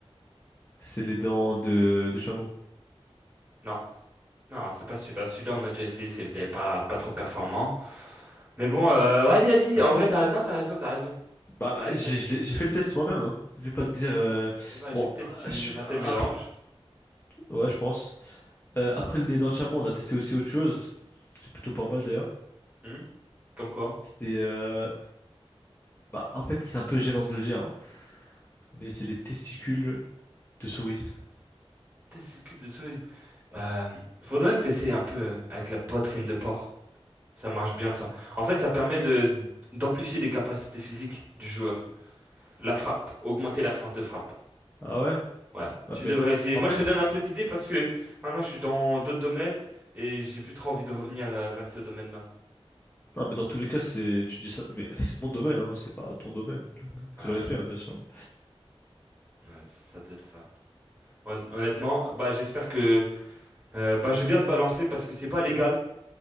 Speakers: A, on the left; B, on the right.
A: C'est les dents de, de chameau.
B: Non, non, c'est pas celui-là. Celui-là, on a déjà essayé, c'était pas, pas trop performant. Mais bon, euh, vas-y, vas-y.
A: Ah
B: En
A: si?
B: vrai, t'as, non, t'as raison, t'as raison.
A: Bah,
B: Ah, exactement.
A: j'ai je l'ai- j'ai fait le test moi-même, hein. Je vais pas te dire... euh,
B: Eh ben, j'ai
A: Bon,
B: peut-être
A: euh,
B: dû
A: je suis-
B: rater le
A: après...
B: mélange.
A: Ouais, je pense. Euh, après les dents de chameau, on a testé aussi autre chose. C'est plutôt pas mal, d'ailleurs.
B: Hmm Comme quoi?
A: Et euh, Bah, en fait, c'est un peu gênant de le dire, hein, mais c'est les testicules de souris.
B: Testicule de souris. Euh, faudrait que t'essayes un peu euh, avec la poitrine de porc. Ça marche bien, ça. En fait, ça permet de, d'amplifier les capacités physiques du joueur. La frappe, augmenter la force de frappe.
A: Ah ouais?
B: Ouais,
A: Ouais,
B: tu
A: mais
B: devrais essayer.
A: en
B: Moi,
A: fait,
B: je te donne un peu d'idées parce que maintenant, je suis dans d'autres domaines et j'ai plus trop envie de revenir euh, vers ce domaine-là.
A: non, mais dans tous les cas, c'est tu dis ça, mais c'est mon domaine, hein, c'est pas ton domaine. Avec
B: Ouais,
A: tout le respect, hein, bien sûr. mais-
B: ouais, ça doit être ça. Hon- Honnêtement, bah, j'espère que euh, bah, je vais bien te balancer parce que c'est pas légal.